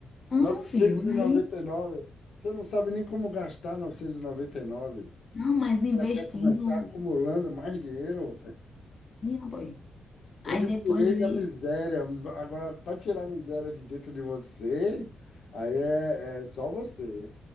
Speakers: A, on the left; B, on the left.
A: ah,
B: Novecentos
A: meu filho,
B: e e
A: aí.
B: noventa e nove. Você não sabe nem como gastar 999.
A: Não, mas investindo.
B: Já quer começar acumulando mais dinheiro?
A: Minha boy.
B: Eu
A: Aí
B: lhe
A: depois
B: tirei
A: eu
B: da
A: ia.
B: miséria. Agora, para tirar a miséria de dentro de você, aí é, é só você.